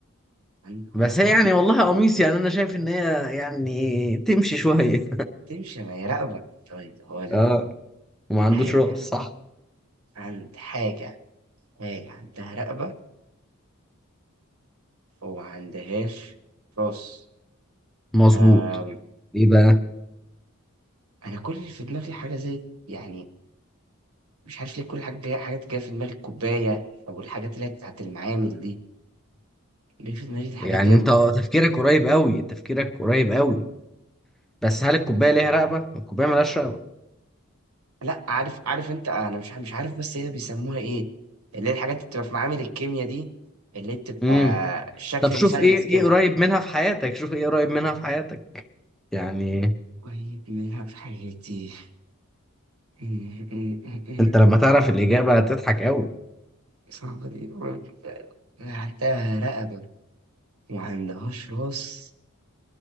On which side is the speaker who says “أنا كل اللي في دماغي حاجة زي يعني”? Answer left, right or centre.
Right